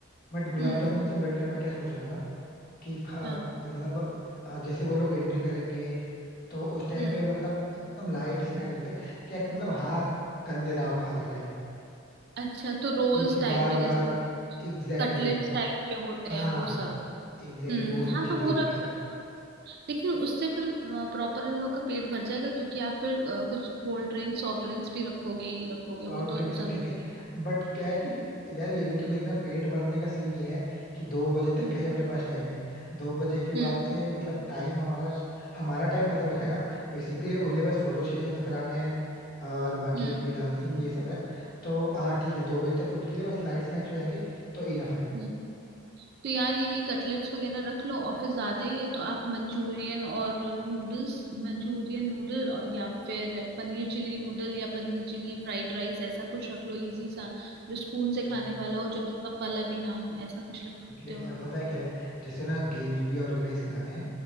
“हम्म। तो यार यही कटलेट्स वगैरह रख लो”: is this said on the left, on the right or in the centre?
Right